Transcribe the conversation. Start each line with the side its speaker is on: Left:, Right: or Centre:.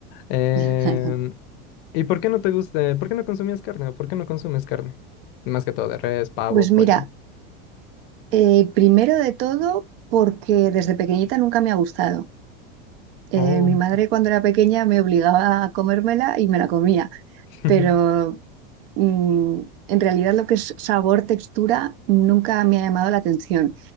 Left: Em,
Right: <laughs>
Left: ¿y por qué no te gusta, por qué no consumías carne o por qué no consumes carne? Más que todo de res, pavo,
Right: Pues mira,
Left: pollo.
Right: eh, primero de todo, porque desde pequeñita nunca me ha gustado. Eh,
Left: Oh.
Right: mi madre cuando era pequeña me obligaba a comérmela y me la comía,
Left: <laughs>
Right: pero mm, en realidad lo que es sabor, textura, nunca me ha llamado la atención.